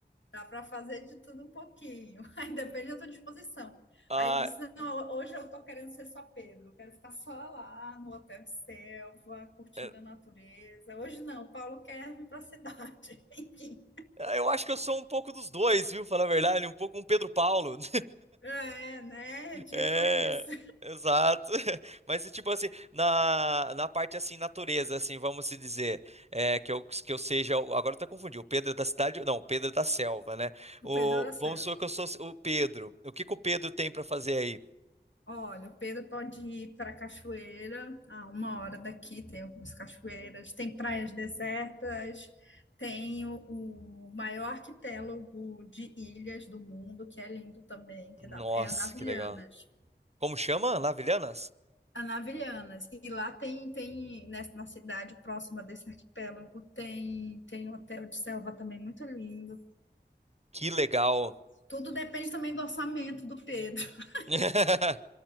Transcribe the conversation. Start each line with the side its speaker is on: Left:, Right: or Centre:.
Left: Dá para fazer de tudo um pouquinho. <laughs> Aí depende da tua disposição.
Right: Ah,
Left: Aí ele disse: Não, hoje eu tô querendo ser só Pedro, eu quero ficar só lá no hotel de selva, curtindo
Right: é,
Left: a natureza. Hoje não, Paulo quer vir para a cidade. <laughs> Enfim.
Right: eu acho que eu sou um pouco dos dois, viu? Falar a verdade, um pouco um Pedro Paulo. <laughs>
Left: É, né? Tipo
Right: É,
Left: isso.
Right: exato. <laughs> Mas e, tipo assim, na, na parte assim, natureza, assim, vamos se dizer, é, que eu, que eu seja, o- agora eu tô confundindo, o Pedro da cidade, não, o Pedro da selva, né? O,
Left: O Pedro era selva.
Right: vamos supor que eu sou o Pedro. O que que o Pedro tem pra fazer aí?
Left: Olha, o Pedro pode ir para a cachoeira, a uma hora daqui tem algumas cachoeiras, tem praias desertas, tem o, o maior arquipélago de ilhas do mundo, que é lindo também, que
Right: Nossa,
Left: dá- é Anavilhanas.
Right: que legal. Como chama? Lavilhanas?
Left: Anavilhanas. E lá tem, tem nessa, na cidade próxima desse arquipélago, tem, tem um hotel de selva também muito lindo.
Right: Que legal.
Left: Tudo depende também do orçamento do Pedro. <laughs>
Right: <laughs>